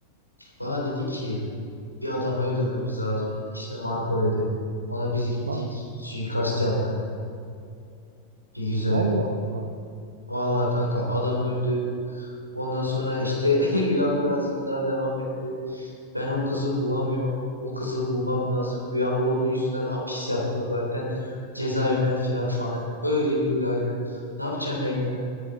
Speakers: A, on the right; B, on the right.
A: bana dedi ki Bir adamı öldürmemiz lazım dedi. İsmi Marco dedi. Ona biz gittik.
B: Va-
A: Suikast yaptık. Bir güzel.
B: Allah Allah.
A: Vallahi kanka adam öldü. Ondan sonra işte <laughs> rüya birazcık daha devam etti. Ben o kızı bulamıyorum. O kızı bulmam lazım. Rüyamda onun yüzünden hapis yattım zaten. Cezaevinden firar falan ettim. Öyle bir rüyaydı. Ne yapacağım ben ya?